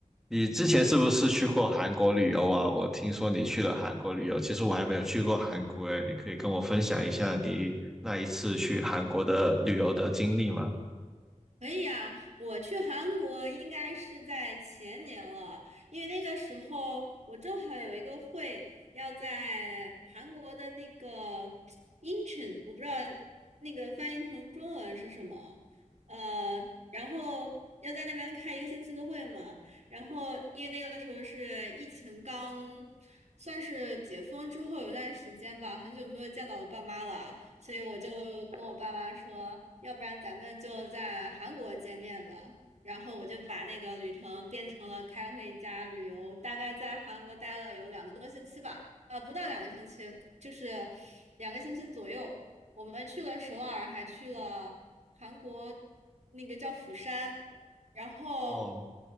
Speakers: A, in the centre; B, on the right.
A: 你之前是不是去过韩国旅游啊？我听说你去了韩国旅游，其实我还没有去过韩国诶，你可以跟我分享一下你那一次去韩国的旅游的经历吗？
B: 可以啊，我去韩国应该是在前年了，因为那个时候我正好有一个会要在韩国的那个 Incheon，我不知道那个翻译成中文是什么，呃，然后要在那边开一个星期的会嘛，然后因为那个时候是疫情刚算是解封之后有段时间吧，很久没有见到我爸妈了。所以我就跟我爸妈说，要不然咱们就在韩国见面吧。然后我就把那个旅程变成了开会加旅游，大概在韩国待了有两个多星期吧，呃，不到两个星期，就是两个星期左右。我们去了首尔，还去了韩国那个叫釜山。然后
A: 哦